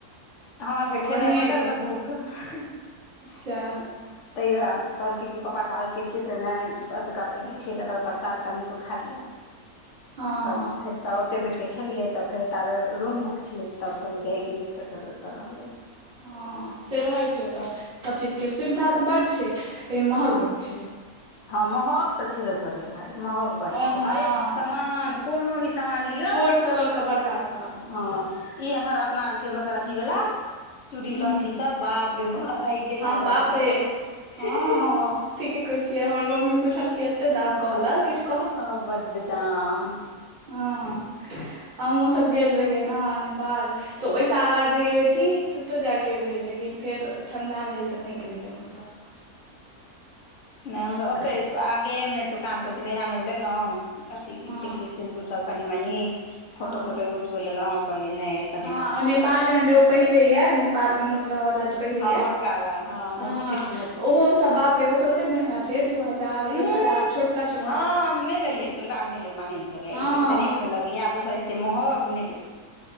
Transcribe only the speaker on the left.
हमरा सबके खेनाय
होटल
मे बुक ह
<unintelligible> तैयो आब कहलकै कि पापा कहलखिन कि से नैय एतुका एले छियै त प्रसाद कनिको खा लिअ।
तऽ
फेर साउ ओते बैठ के खेलियै तऽ फेर तब रूम बुक छेलै तब सब जायगेलियै तऽ फेर ओतऽ रहलियै।
हँ महग तऽ छेबे करै भाय। महँग बड्ड
छै
हरेक समान कोनो भी समान लिअ।
हँ ई एन्हर अपना आरके मतलब अथी वाला चूड़ी
लहठी सब बाप रे बा आयगे
लागल
जेना
<unintelligible>
हं बड दाम
नैय हम सब ओते आगेए मे दुकान सब छेलै इए मे लेलौ अथि
टिकली सिंदूर सब कनी-मनी फोटो-तोटो
एगो दुगो लेल कहलिेयै नेैय <unintelligible>
हँ
मोटका वाला मोती
छोटकी
उ
हँ नैय लेलियै कहलियै बे हम नैय लेब हमरा नैय नीक
एक त नीक नेै लगैया दोसर एते महग हम नैय लेब